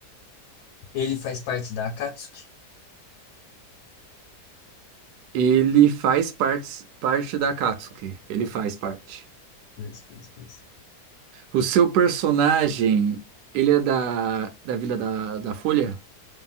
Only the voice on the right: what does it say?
ele faz parte, parte da Katsuki. Ele faz parte.
O seu personagem, ele é da, da Vila da, da Folha?